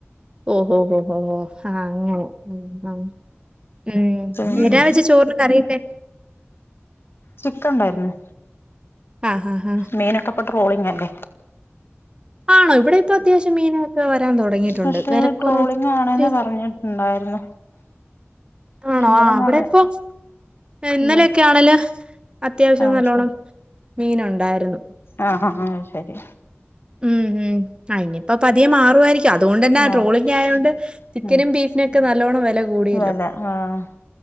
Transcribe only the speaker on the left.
പിന്നെ
ചിക്കൻണ്ടായിര്ന്ന്
മീൻ ഒക്കെപ്പ ട്രോളിങല്ലേ
പക്ഷെ
ട്രോളിംഗ് ആണെന്ന്
പറഞ്ഞിട്ടുണ്ടായിരുന്നു
ഇവിടെന്ന്
ഇവ
ആഹ്
ശരി
ആഹ് ഹ ഹാ അഹ് ശരി
മാറും
ഉം
വെല ആഹ്